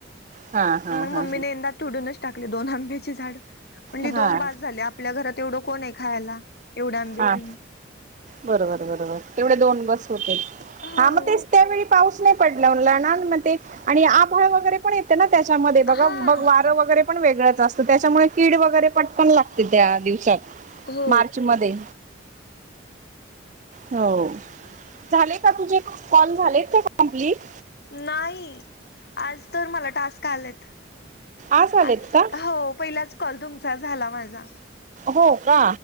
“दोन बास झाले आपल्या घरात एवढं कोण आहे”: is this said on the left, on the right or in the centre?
Left